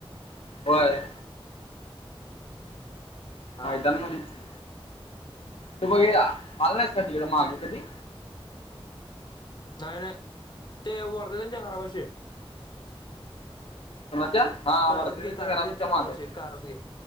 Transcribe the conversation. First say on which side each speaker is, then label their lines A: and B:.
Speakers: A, on the left; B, on the left.
A: होय
B: हा
A: मैदानामध्येच
B: हा
A: की, तू बघी आला नाहीस का माग कधी.
B: नाय नाय ते वरध त्यांच्या खराबशी <unintelligible>
A: कोणाच्या. हा
B: कारदगे
A: वर्धवींच्या
B: कारदगेच्या
A: घरा मागत
B: घरापाशी कारदगे